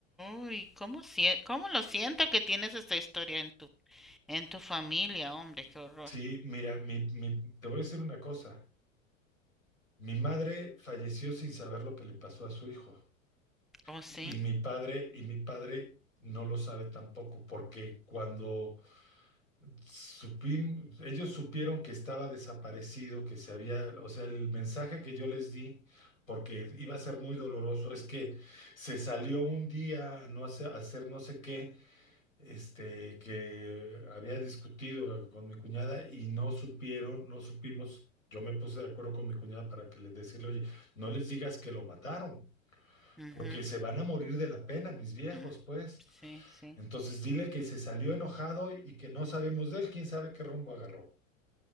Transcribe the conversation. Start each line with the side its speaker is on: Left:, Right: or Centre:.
Centre: Uy, cómo, sie- cómo lo siento que tienes esta historia en tu, en tu familia, hombre, qué horror.
Left: Sí, mira, mi, mi- te voy a decir una cosa. Mi madre falleció sin saber lo que le pasó a su hijo.
Centre: Oh, sí.
Left: Y mi padre, y mi padre no lo sabe tampoco, porque cuando supim- ellos supieron que estaba desaparecido, que se había, o sea, el mensaje que yo les di, porque iba a ser muy doloroso, es que se salió un día no hace- a hacer no sé qué, este, que había discutido con mi cuñada y no supieron, no supimos. Yo me puse de acuerdo con mi cuñada para que le decirle, oye, no les digas que lo mataron,
Centre: ujú,
Left: porque se van a morir de la pena, mis viejos,
Centre: mm,
Left: pues.
Centre: Sí, sí,
Left: Entonces dile que se salió enojado y que no sabemos de él, quién sabe qué rumbo agarró.